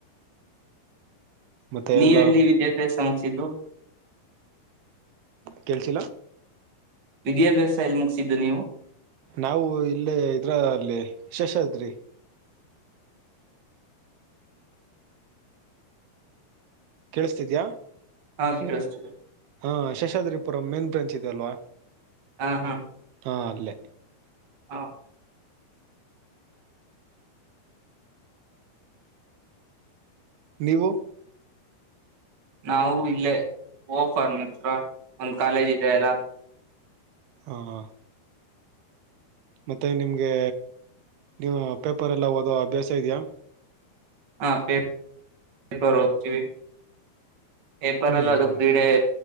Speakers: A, on the right; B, on the right.
A: ಮತ್ತೆ
B: ನೀವೆಲ್ಲಿ
A: ಎಲ್ಲ
B: ವಿಜೇತೆ ಸಂಸಿದ್ದು
A: ಕೇಳಿಸ
B: ವಿದ್ಯಾಭ್ಯಾಸ ಎಲ್ಲಿ ಮುಗಿಸಿದ್ದು ನೀವು
A: ನಾವು ಇಲ್ಲೇ ಇದ್ರ ಅಲ್ಲಿ ಶಶಾದ್ರಿ ಕೇಳಿಸತಿದ್ಯಾ
B: ಹಾ ಕೇಳಷ್ಟತ
A: ಹಾ ಶಶಾದ್ರಿಪುರಂ ಮೇನ್ ಬ್ರೆಂಚ್ ಇದೆಲ್ವಾ
B: ಹಾ ಹಾ
A: ಹ ಅಲ್ಲೇ
B: ಹಾ
A: ನೀವು
B: ನಾವು ಇಲ್ಲೇ ಓಫರ್ ಮಾತ್ರ ಒಂದ್ ಕಾಲೇಜ್ ಇದ್ದಾರ
A: ಹಾ ಹ ಮತ್ತೆ ನಿಮಗೆ ನೀವು ಪೇಪರೆ ಎಲ್ಲ ಓದೋ ಅಭ್ಯಾಸ ಇದೆಯಾ
B: ಹಾ ಪೇಪರ್ತಿವಿ ಏಪರ್ಲ್ಲ
A: ಹ್ಮ್
B: ಅದು
A: ಹ್ಮ್
B: ಕ್ರೀಡೆ